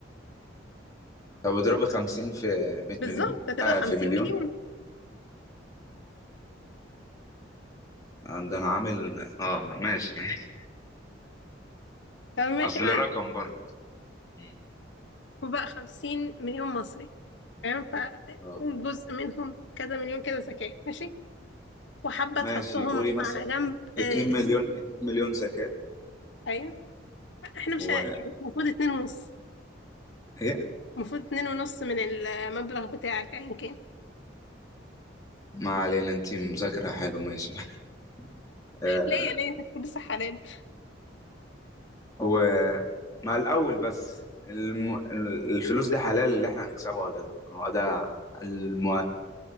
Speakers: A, on the left; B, on the left.
A: طب اضربي 50 في 100
B: بالظبط
A: مليون
B: هتبقى
A: آه
B: 50
A: في مليون
B: مليون
A: عندنا عامل اه ماشي ماشي
B: فماشي
A: اصل
B: ما
A: رقم برضه مم.
B: وبقى 50 مليون مصري تمام فجزء
A: اه
B: منهم كذا مليون كده زكاة ماشي وحابة
A: ماشي
B: تحطهم
A: قولي مثلا
B: على جنب
A: 2
B: آه،
A: مليون 2 مليون زكاة
B: ايوه احنا مش
A: و
B: ه- يعني المفروض اتنين ونص
A: ايه
B: المفروض اتنين ونص من المبلغ بتاعك ايا كان
A: ما علينا انت مذاكرة حلو ماشي <laughs> آه
B: ليه ليه انت بتقول لسه حلال
A: هو مع الاول بس الم... ال- الفلوس دي حلال اللي احنا هنكسبها ولا لا هو ده الم...